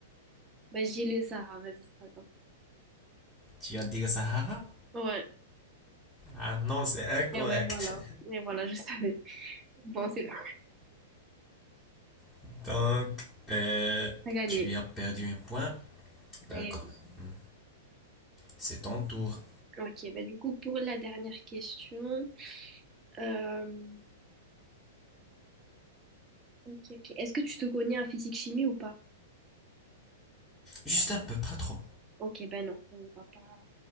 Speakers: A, on the right; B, in the centre.
A: Bah, je dis le Sahara, vas-y, c'est pas grave.
B: Tu vas dire Sahara?
A: Ouais,
B: Ah non, c'est incorrect.
A: Et ouais, voilà. Et voilà, je savais. <laughs> Bon, c'est bon,
B: <laughs> Donc, euh,
A: t'as gagné.
B: tu as perdu un point. D'accord,
A: Et-
B: Hmm. c'est ton tour.
A: ok, bah du coup, pour la dernière question. euh, ok, ok. Est-ce que tu te connais en physique-chimie ou pas?
B: Juste un peu, pas trop.
A: Ok, ben non, on va pas.